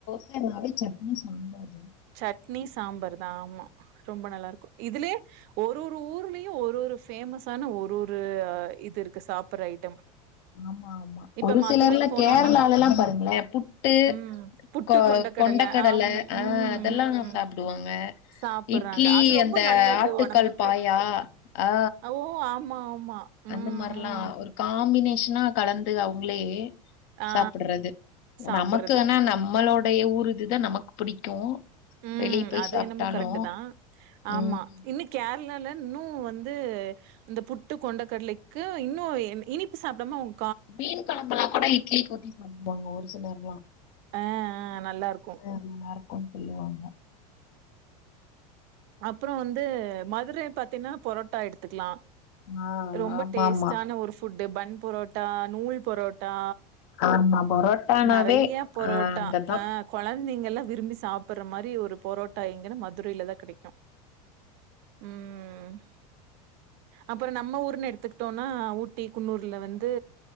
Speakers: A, on the left; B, on the right.
A: டிஃபன் நாலே சட்னி சாம்பார்
B: சட்னி சாம்பார் தா ஆமா ரொம்ப நல்லா இருக்கும் இதுலயே ஒரு ஒரு ஊர்லயும் ஒரு ஒரு ஃபேமஸான ஒரு ஒரு இது இருக்கு சாப்பற ஐட்டம்
A: ஆமா ஆமா
B: இப்ப
A: ஒரு
B: மதுரைக்கு
A: சிலர்ல
B: போனோனா
A: கேரளால எல்லாம் பாருங்களே புட்டு
B: ம் புட்டு
A: கொ
B: கொண்ட
A: கொண்டக் கடல
B: ஆம்
A: ஆ
B: ம்
A: அதெல்லா
B: ம்
A: சாப்டுவாங்க
B: சாப்புட்றாங்க
A: இட்லி
B: அது ரொம்ப
A: அந்த
B: நல்லது
A: ஆட்டுக்கால்
B: ஒடம்புக்கு
A: பாயா ஆ
B: ஓ ஆமா ஆமா ம்
A: அந்த மாரில்லா
B: ம்
A: ஒரு காம்பினேஷனா கலந்து அவுங்களே
B: ஆ
A: சாப்ட்றது
B: சாப்புட்றது
A: நமக்குனா நம்மளுடைய ஊரு இதுதா நமக்கு புடிக்கு
B: ம்
A: வெளிய போய்
B: அது
A: சாப்ட்டாலு
B: என்னமோ கரெக்ட் தா ஆமா
A: ம்
B: இன்னு கேரளால இன்னு வந்து இந்த புட்டு கொண்டக் கடலைக்கு இன்னு இனிப்பு சாப்டாம அவுங்
A: மீன் கொழம்பெல்லா கூட இட்லிக்கி ஊத்தி சாப்டுவாங்க ஒரு சிலர்லா
B: ஆ ஆ நல்லா இருக்கு
A: அது நல்லாருக்குன்னு சொல்லுவாங்க
B: அப்பறோ வந்து மதுர பாத்தின்னா பொரோட்டா எடுத்துக்கலா
A: ஆ
B: ரொம்ப
A: ஆமாமா
B: டேஸ்டான ஒரு ஃபுட்டு் பன் பொரோட்டா நூல் பொரோட்டா
A: ஆமா பரோட்டானாவே
B: நெறையா பொரோட்டா
A: ஆ அங்கதா
B: ஆ கொழந்தைங்கெல்லா விரும்பி சாப்ட்ற மாரி ஒரு பொரோட்டா எங்கன்னா மதுரைலதா கெடைக்கு ம் அப்பறோ நம்ம ஊர்னு எடுத்துக்கிட்டோன்னா ஊட்டி குன்னூர்ல வந்து